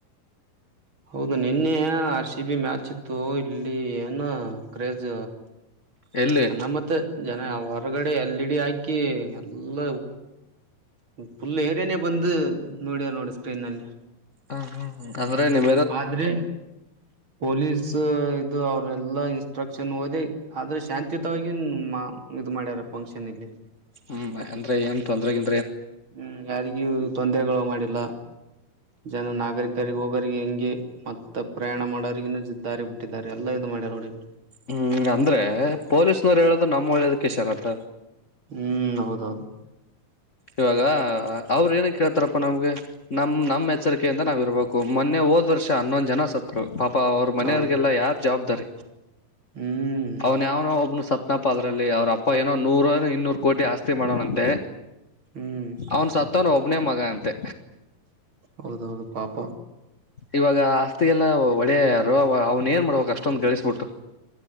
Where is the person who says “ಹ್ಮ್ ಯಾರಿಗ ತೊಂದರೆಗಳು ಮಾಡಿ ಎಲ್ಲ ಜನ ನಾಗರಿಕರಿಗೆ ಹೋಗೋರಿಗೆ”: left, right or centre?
Right